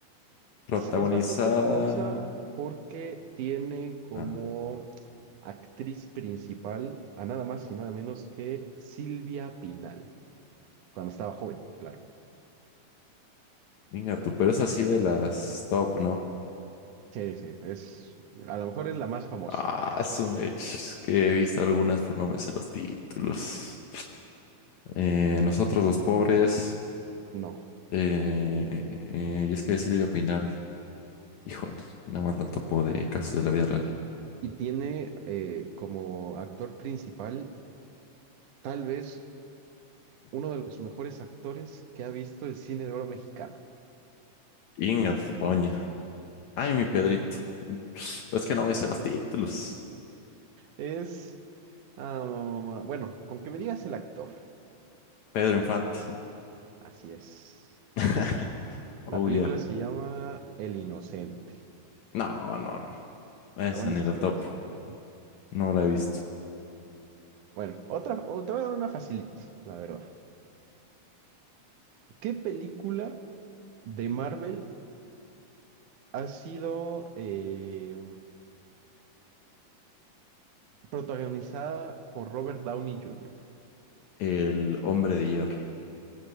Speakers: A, on the left (about 70°); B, on the right (about 80°).
A: Protagonizada.
B: Pues es bastante famosa porque tiene como
A: Ah,
B: actriz principal a nada más y nada menos que Silvia Pinal, cuando estaba joven, claro.
A: Venga tú, pero es así de las top, ¿no?
B: Sí, sí, es, a lo mejor es la más famosa.
A: Ah, su mech, es que he visto algunas, pero no me sé los títulos. Eh, nosotros los pobres,
B: No.
A: eh, eh, eh, y es que de Silvia Pinal, híjole, nada más la topo de casos de la vida real.
B: Y tiene eh, como actor principal tal vez uno de los mejores actores que ha visto el cine de oro mexicano.
A: Inga tu roña. Ay, mi Pedrito. Pero Es que no me sé
B: Ah,
A: los títulos.
B: Es... ah, ma- ma- ma- bueno, con que me digas el actor.
A: Pedro Infante.
B: Así es.
A: <laughs>
B: La
A: Oh,
B: película
A: yeah.
B: se llama El Inocente.
A: No, no, no. Esa
B: Está buenísima
A: ni la topo.
B: esa película.
A: No la he visto.
B: Bueno, otra, o- te voy a dar una facilito, la verdad. ¿Qué película de Marvel ha sido eh, protagonizada por Robert Downey Jr.?
A: El hombre de hierro.